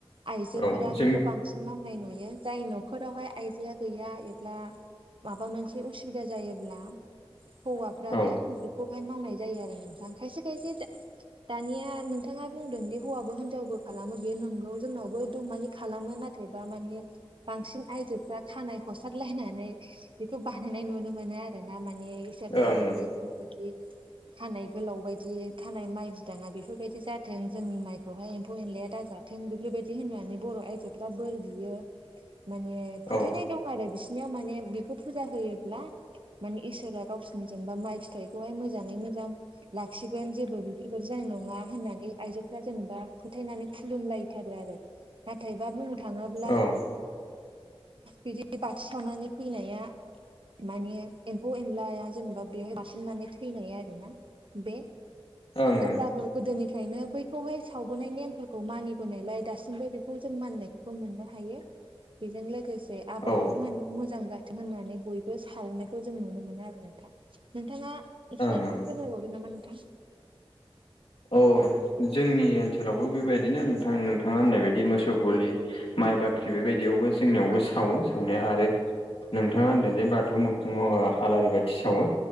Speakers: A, on the right (about 60°); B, on the left (about 75°).
A: आइजोफोरा
B: औ जों
A: बेखौ बांसिन मावनाय नुयो जाय न'ख खरावहाय आइजोआ गैया एब्ला माबा मोनसे उसुबिदा जायोब्ला हौवाफ्राबो
B: औ
A: खौहाय मावनाय जायो आरो नोंथां खायसे खायसे दानिया नोंथाङा बुंदोंदि हौवाबो हिनजावबो खालामो बेयो नोंगौ जोंनावबो एदम मानि खालामो नाथायबा मानि बांसिन आयजोफ्रा खानाय हसारलायनानै बेखौ बानायनाय नुनो मोनो आरो दाना माने इसोरनाव
B: ओं
A: माने
B: ओं
A: बुङोदि खानाय गोलाव बायदि खानाय माइ बिदाङा बेफोरबायदि जाथों जोंनि माइ बेवहाय एम्फौ-एनलाया दाजाथों बेफोरबायदि होननानै बर' आइजोफ्रा बोर बियो माने
B: औ
A: फोथायनाय दं आरो बिसिनियाव माने बेखौ फुजा होयोब्ला मानि इसोरा गावसिनि जेनेबा माइ फिथाइखौहाय मोजाङै मोजां लाखिगोन जेबो बेफोरबायदि जानाय नङा होननानै आइजोफोरा जेनेबा फोथायनानै खुलुमलायथारो आरो नाथायबा बुंनो थाङोब्ला
B: ओं
A: बिदि बाथि सावनानै फैनाया मानि एम्फौ-एनलाया जेनेबा बेवहाय बारसिननानै थैनाय आरो ना बे
B: ओं
A: अब्लाबो गोदोनिफ्रायनो बै खौहाय सावबोनाय नेमफोरखौ मानिबोनायलाय दासिमबो बेखौ जों मानिनायखौ मोननो हायो। बेजों लोगोसे आबादखौ
B: औ ओं
A: माने मोजां जा दों होननानै बयबो सावनायखौ जों नुनो मोनो आरो नोंथां नोंथाङा एसे
B: ओं
A: फोरमायबावदो नामा नोंथां।
B: औ जोंनि ओनसोलावबो बेबायदिनो नोंथां नोंथाङा होननाय बायदि मोसौ गलि माइ बाख्रि
A: औ
B: बेबायदियावबो जोंनियावबो
A: औ
B: सावो सावनाया आरो नोंथाङा होनदों जे बाथौ मोगखङाव आलारि बाथि सावो